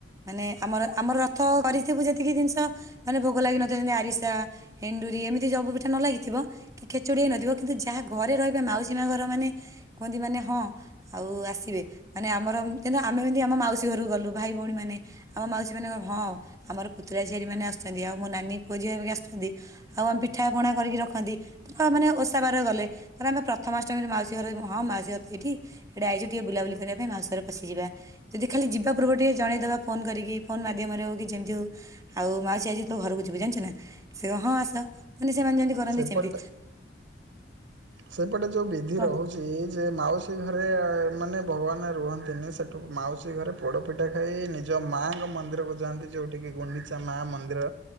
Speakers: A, on the right (about 20°); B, on the right (about 80°).
A: ମାନେ ଆମର ଆମର ରଥ କରି ଥିବୁ ଯେତିକି ଜିନିଷ ମାନେ ଭୋଗ ଲାଗି ନଥିବ ଯେମିତି ଆରିସା, ଏଣ୍ଡୁରି ଏମିତି ସବୁ ପିଠା ନ ଲାଗିଥିବ କି ଖେଚୁଡି ହେଇ ନଥିବ କିନ୍ତୁ ଯାହା ଘରେ ରହିବେ ମାଉସୀ ମାଆ ଘର ମାନେ କୁହନ୍ତି ମାନେ ହଁ ଆଉ ଆସିବେ। ମାନେ ଆମର <unintelligible> ଆମେ ଯେମିତି ଆମ ମାଉସୀ ଘରୁକୁ ଗଲୁ ଭାଇ ଭଉଣୀମାନେ ଆମ ମାଉସୀ ମାନେ କହିବେ ହଁ ଆମର ପୁତୁରା ଝିଆରିମାନେ ଆସୁଛନ୍ତି। ଆଉ ମୋ ନାନୀ ପୁଅ ଝିଅ ଘରିକା ଆସୁଛନ୍ତି ଆଉ ଆମେ ପିଠାପଣା କରିକି ରଖନ୍ତି। <unintelligible> ମାନେ ଓଷା ବାରରେ ଗଲେ। ଧର ଆମେ ପ୍ରଥମାଷ୍ଟମୀରେ ମାଉସୀ ଘରେ <unintelligible> ହଁ ମାଉସୀ ଘର ତ ଏଇଠି ଏଇଠି ଆଇଛୁ ଟିକେ ବୁଲାବୁଲି କରିବା ପାଇଁ ମାଉସୀ ଘର ପଶିଯିବା। ଯଦି ଖାଲି ଯିବା ପୂର୍ବୁରୁ ଟିକେ ଜଣେଇଦବା ଫୋନ୍ କରିକି, ଫୋନ୍ ମାଧ୍ୟମରେ ହଉ କି ଯେମ୍ ତି ହଉ। ଆଉ ମାଉସୀ ଆଜି ତୋ ଘରକୁ ଯିବୁ ଜାଣିଛୁ ନା। ସେ କହିବ ହଁ ଆସ। ମାନେ ସେମାନେ ଯେମିତି କରନ୍ତି
B: ସେପଟେ
A: ସେମିତି
B: ସେପଟେ ଯୋଉ ବିଧି
A: କଣ।
B: ରହୁ ଯେ ମାଉସୀ ଘରେ ମାନେ ଭଗବାନ ରୁହନ୍ତିନି ସେଠୁ ମାଉସୀ ଘରେ ପୋଡ଼ପିଠା ଖାଇ ନିଜ ମାଆଙ୍କ ମନ୍ଦିରକୁ ଯାଆନ୍ତି ଯେଉଁଠିକି ଗୁଣ୍ଡିଚା ମା ମନ୍ଦିର।